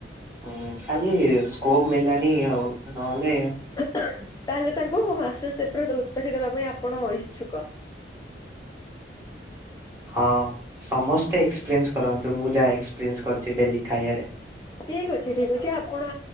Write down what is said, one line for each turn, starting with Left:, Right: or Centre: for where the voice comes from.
Right: ହଁ ଖାଲି ସ୍କୋପ ମିଳିଲାନି ଆଉ ନହେଲେ
Left: ତାହେଲେ ତାଙ୍କୁ ମାଷ୍ଟର ଶ ଉତ୍ପାତି ଦେବା ପାଇଁ ଆପଣ ଇଚ୍ଛୁକ। <unintelligible>
Right: ହଁ ସମସ୍ତେ ଏକ୍ସପିରିଏନ୍ସ କରନ୍ତୁ, ମୁଁ ଯାହା ଏକ୍ସପିରିଏନ୍ସ କରିଛି ଡେଲି ଖାଇବାରେ।
Left: ଠିକ ଅଛି ଠିକ ଅଛି ଆପଣ